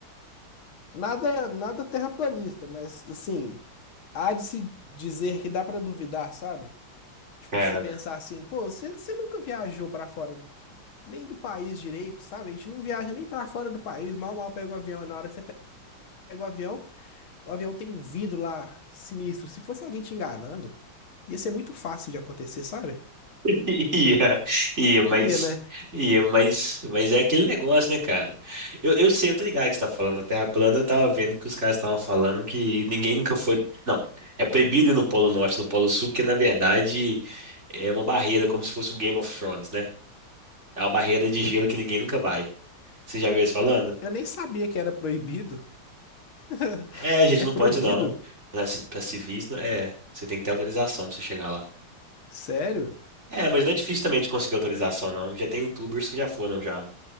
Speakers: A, on the left; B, on the right.
A: Nada, nada terraplanista, mas assim, há de se dizer que dá pra duvidar, sabe? Tipo,
B: Cara,
A: se pensar assim, pô, você você nunca viajou pra fora do, nem do país direito, sabe? A gente não viaja nem pra fora do país, mal mal pega o avião. E Na hora que você pega o avião, O avião tem um vidro lá sinistro. Se fosse alguém te enganando, ia ser muito fácil de acontecer, sabe?
B: <laughs> ia, ia, mas,
A: Ia, né?
B: ia, mas, mas é aquele negócio, né, cara? Eu, eu sei, eu tô ligado que você tá falando da Terra plana, eu tava vendo que os caras estavam falando que ninguém nunca foi. Não, é proibido ir no Polo Norte, no Polo Sul, porque na verdade é uma barreira, como se fosse um Game of Thrones, né? É uma barreira de gelo que ninguém nunca vai. Você já viu isso falando?
A: Eu nem sabia que era proibido. <laughs>
B: É, a gente
A: É
B: não
A: proibido?
B: pode não. Para ci- pra civis, não- é, você tem que ter autorização para você chegar lá.
A: Sério?
B: É, mas não é difícil também de conseguir autorização, não. Já tem youtubers que já foram, já.